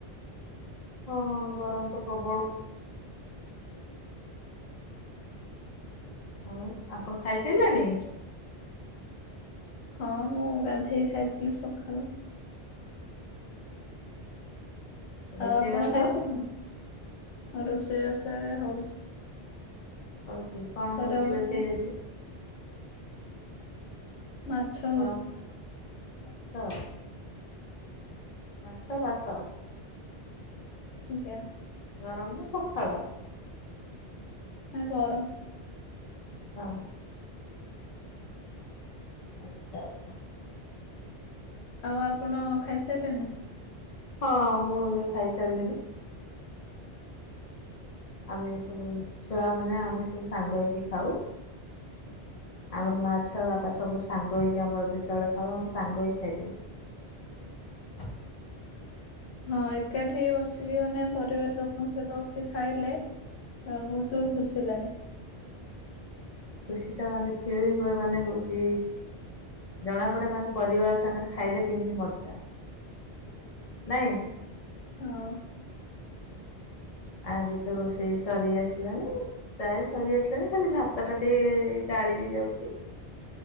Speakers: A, on the left (about 50°); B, on the left (about 85°).
A: ହଁ ଗରମ ତ ପ୍ରବଳ। ଆଉ ଆପଣ ଖାଇସାରିଲେଣି?
B: ହଁ ମୁଁ ଗାଧେଇ ଖାଇଥିଲି ସକାଳୁ।
A: ରୋଷେଇ
B: ଆଉ ଆପଣ
A: ବାସ
B: ଖାଇ <unintelligible> ରୋଷେଇ ବାସ ଏବେ ହଉଛି।
A: ହଉଛି କଣ
B: ଖରାବେଳ
A: ହଉଛି ରୋଷେଇ
B: ପାଇଁ
A: ଆଜି?
B: ମାଛ
A: ଆପଣ
B: ହଉଛି।
A: ମାଛ ମାଛ ଭାତ।
B: ଆଜ୍ଞା।
A: ଗରମ ନା ପଖାଳ?
B: ନା ଗରମ।
A: <unintelligible> ଆଚ୍ଛା ଆଚ୍ଛା।
B: ଆଉ ଆପଣ ଖାଇସାରିଲେଣି?
A: ହଁ ମୁଁ ଏବେ ଖାଇ ସାରିଲିଣିି। ଆମେ ସବୁ ଛୁଆ ମାନେ ଆମେ ସବୁ ସାଙ୍ଗ ହେଇକି ଖାଉ। ଆମର ମାଆ ଛୁଆ ବାପା ସବୁ ସାଙ୍ଗ ହେଇକି ଆମର ଯେତେବେଳେ ଖାଉ ଆମର ସାଙ୍ଗ ହେଇକି ଖାଇଦଉ। ହ
B: ହଁ ଏକାଠି ବସିକି ମାନେ ପରିବାର ଲୋକଙ୍କ ସହିତ ବସିକି ଖାଇଲେ ବହୁତ ଖୁସି ଲାଗେ।
A: ଖୁସି ଟା ମାନେ <unintelligible> ମାନେ ହଉଛି ଜଣାପଡେ ମାନେ ପରିବାର ସାଙ୍ଗରେ ଖାଇଲେ କେମିତି ମଜା। ନାଇଁ।
B: ହଁ।
A: ଏବେ ତ ରୋଷେଇ ସରି ଆସିଲାଣି ପ୍ରାୟ ସରି ଆସିଲାଣି ଖାଲି ଭାତ ଟା ଟିକେ ଗା ଗାଳି ବି ଯାଉଛି।